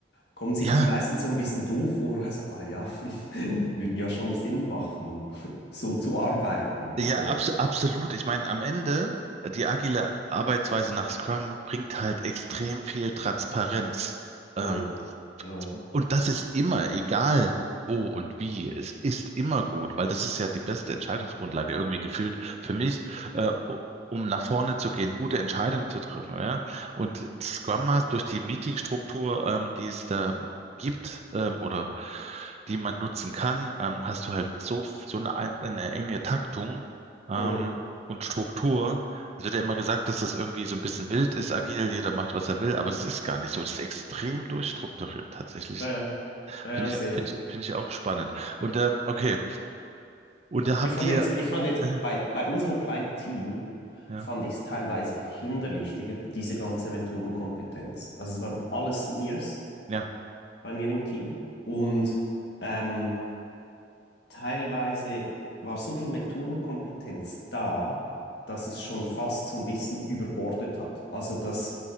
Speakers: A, on the left; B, on the right.
A: kommen sich
B: Ja,
A: die meisten so ein bisschen doof vor. Also, ah ja, <laughs> würde ja schon Sinn machen, <laughs> so zu arbeiten.
B: ja,
A: So.
B: abs absolut. Ich meine, am Ende, die agile Arbeitsweise nach Scrum bringt halt extrem viel Transparenz. Ähm,
A: Mhm. Ja.
B: Und das ist immer, egal wo und wie, es ist immer gut, weil das ist ja die beste Entscheidungsgrundlage irgendwie gefühlt für mich, äh, um nach vorne zu gehen, gute Entscheidungen zu treffen, ja. Und Scrum Master durch die Meetingstruktur, ähm, die es da gibt, ähm, oder die man nutzen kann, ähm, hast du halt so, so eine, eine enge Taktung, ähm,
A: Mhm.
B: und Struktur, es wird ja immer gesagt, dass das irgendwie so ein bisschen wild ist, agil, jeder macht, was er will, aber das ist gar nicht so. Das ist extrem durchstrukturiert tatsächlich.
A: Ja, ja, ja,
B: Finde
A: ja,
B: ich,
A: sehr.
B: finde ich, finde ich auch spannend. Und ähm, okay, und da habt
A: Ich fand
B: ihr,
A: jetzt, ich fand jetzt
B: ja,
A: bei, bei unserem kleinen Team,
B: ja,
A: fand ich es teilweise hinderlich, die, diese ganze Methodenkompetenz. Also es waren alle Seniors
B: ja,
A: bei mir im Team und ähm, teilweise war so viel Methodenkompetenz da, dass es schon fast so ein bisschen überbordet hat. Also dass,